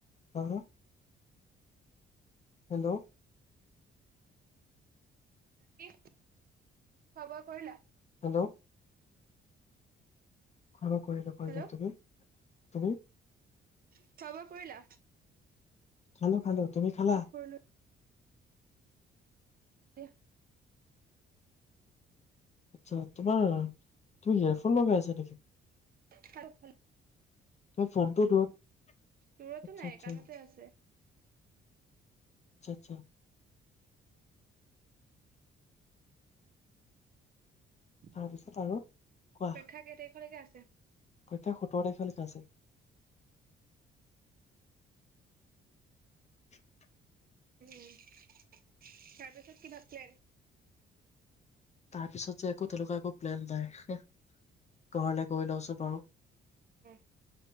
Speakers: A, on the left; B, on the right.
A: <unintelligible> হেল্লৌ'
B: কি? খোৱা-বোৱা কৰিলা?
A: হেল্লৌ' খোৱা - বোৱা কৰিলো কৰিলো,
B: হেল্ল'
A: তুমি তুমি?
B: খোৱা বোৱা কৰিলা?
A: খালো খালো, তুমি খালা?
B: অ কৰিলো। <unintelligible>
A: আচ্ছা তোমাৰ, তুমি হেয়াৰফোন লগাই আছা নেকি?
B: খালো খালো
A: মোৰ ফোনটো দু আটচ্ছা
B: দূৰতো
A: আটচ্ছা
B: নাই
A: আত্ছা
B: কাণতে আছে
A: আত্চ্ছা।
B: পৰিক্ষা
A: তাৰপিছত আৰু কোৱা?
B: কেই তাৰিখলৈকে আছে?
A: পৰীক্ষা সোতৰ তাৰিখলৈকে আছে। <inaudible>
B: উম তাৰপিছত কি থাকলেন
A: তাৰ পিছত যে একো তেনেকুৱা একো প্লেন নাই হেঁহ ঘৰলে গৈ লওঁছোন বাৰু।
B: অ